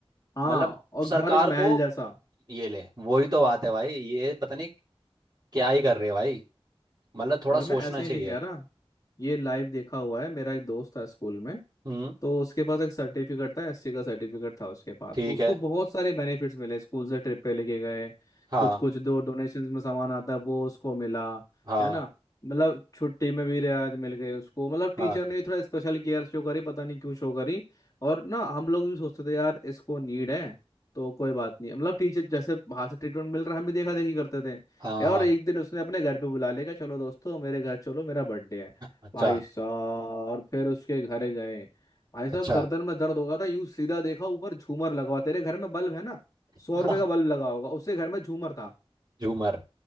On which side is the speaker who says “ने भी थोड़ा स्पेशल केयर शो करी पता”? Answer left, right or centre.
Left